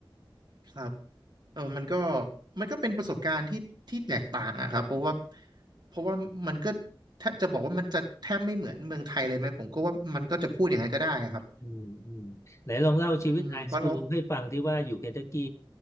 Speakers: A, on the right (about 50°); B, on the left (about 30°).
A: ครับเออมันก็มันก็เป็นประสบการณ์ที่ที่แตกต่างอะครับเพราะว่าเพราะว่ามันก็แทบจะบอกว่ามันจะแทบไม่เหมือนเมืองไทยเลยไหมผมก็ว่ามันก็จะพูดอย่างนั้นก็ได้ครับ
B: อืมอืมไหนลองเล่าชีวิตไอสคูลให้ฟังที่ว่าอยู่เคนทักกี้
A: อืมเพราะเรา